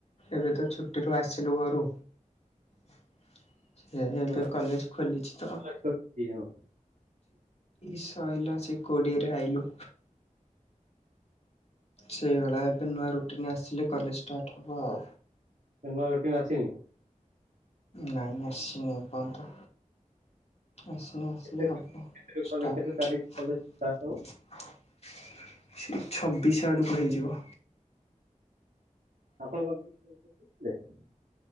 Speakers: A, on the left; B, on the right.
A: ଏବେ ତ ଛୁଟିରୁୁ ଆସିଲୁ ଘରୁ <inaudible> ସେ ଏବେ
B: ହୁଁ,
A: କଲେଜ ଖୋଲିଛି ତ
B: କଲେଜ ଖୋଲିଛି, ହଁ।
A: ସରିଲା ସେ କୋଡିଏରେ ଆଇଲୁ ସେଇଭଳି ଏବେ ନୂଆ ରୁଟିନ୍ ଆସିଲେ କଲେଜ ଷ୍ଟାର୍ଟ ହେବ ଆଉ।
B: ଏନ ରୁଟିନ ଆସିନି?
A: ନାଇଁ ଆସିନି ଏପର୍ଯ୍ୟନ୍ତ। ଆସିନି। ଆସିଲେ
B: କେତେ
A: ହବ
B: କେତେ କଲେ
A: ଷ୍ଟାର୍ଟ।
B: କେତେ ତାରିଖ କଲେଜ ହବ
A: ସେ ଛବିଶ ଆଡ଼କୁ ହେଇଯିବ।
B: ଆପଣ କଣ ନି ଟ୍ ଏକ୍ଜାମ ଦେଇଥିଲେ?